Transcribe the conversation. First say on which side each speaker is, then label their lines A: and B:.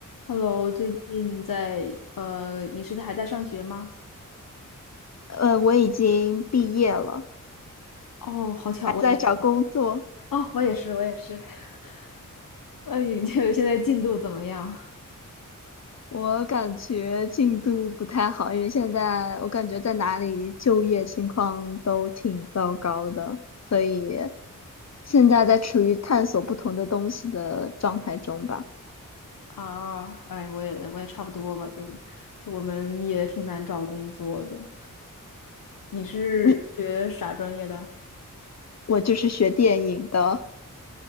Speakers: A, on the left; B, on the left.
A: Hello，最近在呃，你是在还在上学吗？
B: 呃，我已经毕业了，
A: 哦，好巧，
B: 还在找工作。
A: 我也是。哦，我也是，我也是。<laughs> 那你这现在进度怎么样？
B: 我感觉进度不太好，因为现在我感觉在哪里就业情况都挺糟糕的，所以现在在处于探索不同的东西的状态中吧。
A: 啊，哎，我也我也差不多吧，就就我们也挺难找工作的。你是学啥专业的？
B: 你，我就是学电影的，